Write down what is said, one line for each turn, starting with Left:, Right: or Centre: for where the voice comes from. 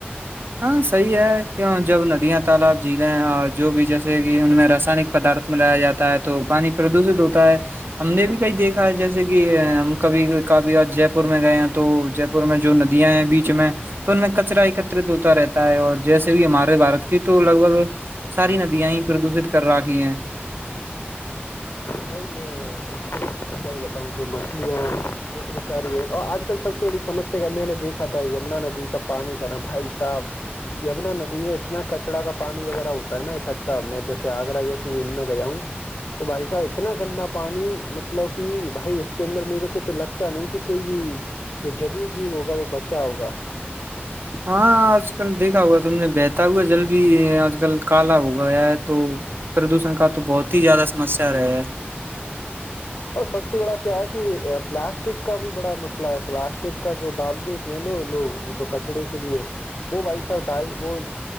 Right: ہاں صحیح ہے کہ جب ندیاں تالاب جھیلیں اور جو بھی جیسے کہ ان میں رسائنک پدارت ملایا جاتا ہے تو پانی پردوشت ہوتا ہے ہم نے بھی کہئی دیکھا ہے جیسے کہ ہم کبھی کبھی آ جے پور میں گئے ہیں تو جے پور میں جو ندیاں ہیں بیچ میں تو ان میں کچرا ہوتا رہتا ہے اور جیسے بھی ہمارے بارت کی تو لگ بھگ ساری ندیاں ہی پردوشت کر رہا کی ہیں
Left: بھائی میں بتاؤں جو مچھلیاں وہ بچاری ہے اور آج کل سب سے بڑی سسیا کا میں نے دیکھا تھا یمنا ندی کا پانی تھا نا بھائی صاحب یمنا ندی میں اتنا کچرا کا پانی وغیرہ ہوتا ہے نا اکٹھا میں جیسے آگرہ جیسی ان میں گیا ہوں تو بھائی صاحب <inaudible> اتنا گندا پانی مطلب کہ بھائی اس کے اندر میرے کو تو لگتا نہیں کہ کوئی بھی جد جیو ہوگا وہ بچا ہوگا
Right: ہاں آج کل دیکھا ہوا تم نے بہتا ہوا جل بھی آج کل کالا ہو گیا ہے تو پردوشن کا تو بہت ہی زیادہ سمسیا رہ ہے
Left: اور سب سے بڑا کیا ہے کہ پلاسٹک کا بھی بڑا مسئلہ ہے پلاسٹک کا جو ڈال دیتے ہیں لو لوگ جو کچڑے کے لیے وہ بھائی صاح وہ